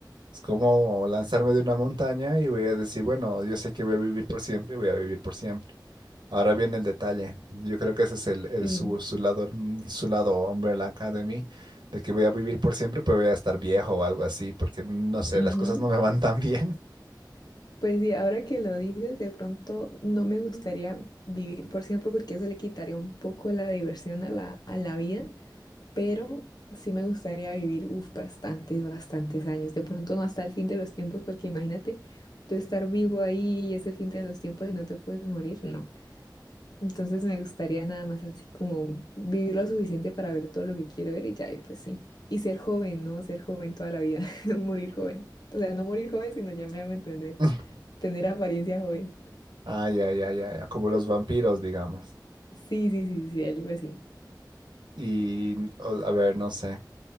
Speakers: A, on the right (about 75°); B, on the left (about 60°).
A: Es como lanzarme de una montaña y voy a decir, bueno, yo sé que voy a vivir por siempre y voy a vivir por siempre. Ahora viene el detalle. Yo creo que ese es el, el
B: Sí.
A: su, su lado, mm, su lado Umbrella Academy, de que voy a vivir por siempre, pero voy a estar viejo o algo así, porque no sé,
B: Ujú.
A: las cosas no me van tan bien.
B: Pues sí, ahora que lo dices, de pronto no me gustaría vivir por siempre porque eso le quitaría un poco la diversión a la, a la vida, pero sí me gustaría vivir, uf, bastantes, bastantes años. De pronto no hasta el fin de los tiempos porque imagínate tú estar vivo ahí y es el fin de los tiempos y no te puedes morir, no. Entonces me gustaría nada más así como vivir lo suficiente para ver todo lo que quiero ver y ya, y pues sí. Y ser joven, ¿no? Ser joven toda la vida, <laughs> morir joven. O sea, no morir joven, sino ya me hago entender,
A: <laughs>
B: tener apariencia joven.
A: ah ya ya ya ya como los vampiros, digamos.
B: Sí, sí, sí, sí, algo así.
A: Y, o- a ver, no sé,